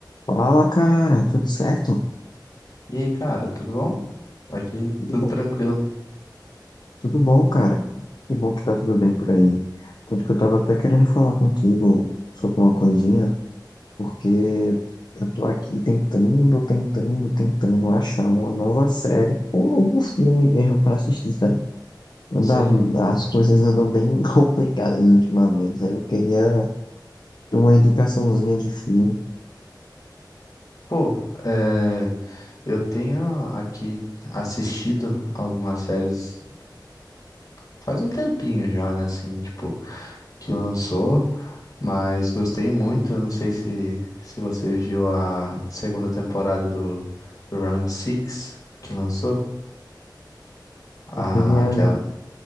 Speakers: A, on the left (about 65°); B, on the left (about 50°).
A: Fala, cara, tudo certo?
B: E aí, cara, tudo bom? Aqui
A: Tudo
B: tudo
A: bom?
B: tranquilo,
A: Tudo bom, cara. Que bom que tá tudo bem por aí. Tanto que eu tava até querendo falar contigo sobre uma coisinha, porque eu tô aqui tentando, tentando, tentando achar uma nova série ou algum filme mesmo pra assistir, sabe? Anda,
B: sei.
A: as coisas andam bem <laughs> complicadas ultimamente. Aí eu queria ter uma indicaçãozinha de filme.
B: Pô, é, eu tenho aqui assistido algumas séries faz um tempinho já, né? Assim, tipo, que lançou, mas gostei muito. Não sei se, se você viu a segunda temporada do, do Round Six que lançou. A,
A: Eu queria.
B: aquela